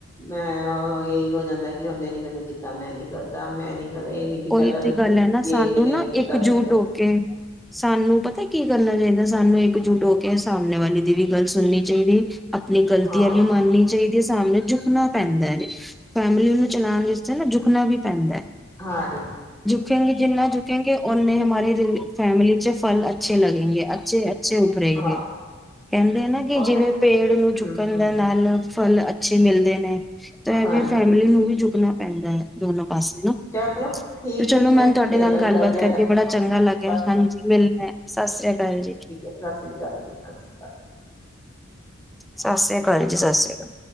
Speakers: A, on the left (about 15°); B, in the centre.
A: ਮੈਂ ਇਹੀ ਹੋ ਜਾਂਦਾ। ਦਾ ਕਿ ਉਹਨੇ ਨੀ ਮੈਨੂੰ ਕੀਤਾ ਮੈਂ ਨੀ ਕਰਦਾ ਮੈਂ ਨੀ ਕਰਦਾ ਇਹ ਨੀ ਕਿ
B: ਕੋਈ
A: ਚੱਲ
B: ਤੇ
A: ਇੱਕ
B: ਗੱਲ ਹੈ ਨਾ,
A: ਜੇ
B: ਸਾਨੂੰ
A: ਇੱਕ ਨੇ
B: ਨਾ
A: ਨੀ ਕੀਤਾ
B: ਇੱਕ ਜੂਟ
A: ਦੂਜਾ
B: ਹੋ ਕੇ ਸਾਨੂੰ ਪਤਾ ਕੀ ਗੱਲਾਂ ਚਾਦਾ ਸਾਨੂੰ ਇੱਕਜੁੱਟ ਹੋ ਕੇ, ਸਾਮਣੇ ਵਾਲੀ ਦੀ ਵੀ ਗੱਲ ਸੁਨਨੀ ਚਾਹੀਦੀ ਅਪਨੀ ਗਲਤੀਆਂ
A: ਹਾਂ
B: ਵੀ ਮੰਨਨੀ ਚਾਹੀਦੀਆਂ। ਸਾਹਮਣੇ ਝੁਕਨਾ ਪੈਂਦਾ ਜ, ਫੈਮਿਲੀ ਨੂੰ ਚਲਾਉਣ ਲਈ। ਨਾ ਜੁਕਣਾ ਵੀ ਪੈਂਦਾ
A: ਹਾਂਜੀ।
B: ਝੁਕੇਗੇ ਜਿੰਨਾ ਝੁਕੇੰਗੇ, ਓਨੇ ਹਮਾਰੇ ਫੈਮਿਲਲੀ ਚ ਫਲ ਅੱਛੇ ਲਗਗੇਗੇ ਅੱਛੇ <inaudible> ਬੱਚੇ ਉਭਰੇ ਗ
A: ਹਾਂ
B: ਕਹਿੰਦੇ ਆ ਨਾ ਕਿ,
A: ਉਹ
B: ਜਿਵੇਂ
A: ਤਾਂ ਹੈ
B: ਪੇੜ ਨੂੰ
A: ਹਮ
B: ਚੁੱਕਣ ਦੇ ਨਾਲ ਫਲ ਅੱਛੇ ਮਿਲਦੇ ਨੇ ਤਾਂ
A: ਹਾਂਜੀ
B: ਫਿਰ ਫੈਮਲੀ ਨੂੰ ਵੀ ਜੁਕਣਾ ਪੈਂਦਾ ਹੈ, ਦੋਨੋ ਪਾਸੇ ਨਾ
A: ਚਲੋ ਠੀਕ
B: ਤੇ ਚਲੋ
A: ਹੈ ਫਿਰ
B: ਮੈਨੂੰ ਤੁਹਾਡੇ
A: ਫੇਰ
B: ਨਾਲ ਗੱਲਬਾਤ
A: ਕਰਦੇਿਆਂ
B: ਕਰਕੇ
A: ਗਲ
B: ਬੜਾ
A: ਹਾਂ
B: ਚੰਗਾ
A: ਠੀਕ
B: ਲੱਗਿਆ
A: ਹੈ,
B: ਹਾਂਜੀ ਮਿਲਣਾ ਸਤਿ ਸ੍ਰੀ ਅਕਾਲ ਜੀ
A: ਸਤਿ ਸ੍ਰੀ ਅਕਾਲ ਜੀ -ਸਤਿ ਸ਼੍ਰੀ ਅਕਾਲ।
B: ਸਤ ਸ੍ਰੀ -ਅਕਾਲ ਜੀ, ਸਤਿ ਸ੍ਰੀ ਅਕਾਲ।